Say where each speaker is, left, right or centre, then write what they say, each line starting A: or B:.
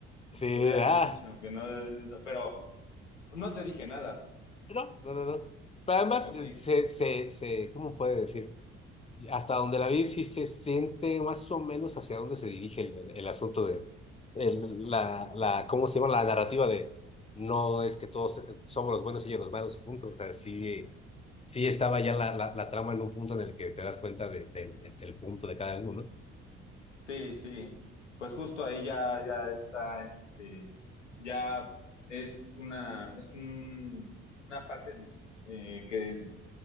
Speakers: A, on the left; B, on the left.
A: Sí,
B: me hubieras
A: ah,
B: dicho que no... Pero no te dije nada,
A: no, no, no, no. Pero además,
B: no
A: eh,
B: te dije.
A: se, se, se, ¿cómo puede decir? Hasta donde la vi, sí se siente más o menos hacia dónde se dirige el, el- el asunto de el- la, la, ¿cómo se llama? La narrativa de no es que todos somos los buenos y ellos los malos y punto. O sea, sí, sí estaba ya la, la, la trama en un punto en el que te das cuenta de- del del punto de cada uno.
B: Sí, sí. Pues justo ahí ya, ya está, este, ya es una, es un, una parte dis- eh, que